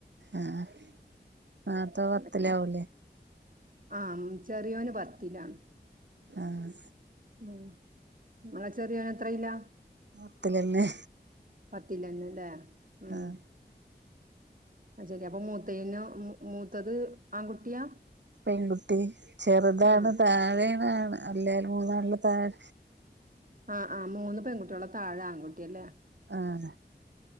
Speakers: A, on the right (about 80°); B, on the right (about 50°).
A: ആഹ നാത്തെ പത്തില
B: വലിയ-
A: ആവലേ
B: ആ ചെറിയോന് പത്തിലാണ്
A: ആഹ
B: ഉ നിളെ ചെറിയത്ര ഇല്ല
A: പത്തിലല്ലേ
B: പത്തിൽന്ന അല്ലേ ഉം
A: ആഹ്
B: അ ശരി അപ്പൊ മൂത്തേന് മൂത്തത് ആൺകുട്ടിയാ
A: പെൺകുട്ടി ചെറുതാണ്
B: ആ
A: താഴേനാണ് അല്ലായും മൂന്നാളില് താഴെ
B: ആഹ് ആഹ് മൂന്ന് പെൺകുട്ടികള താഴെ ആൺകുട്ടിയ അല്ലേ
A: ആഹ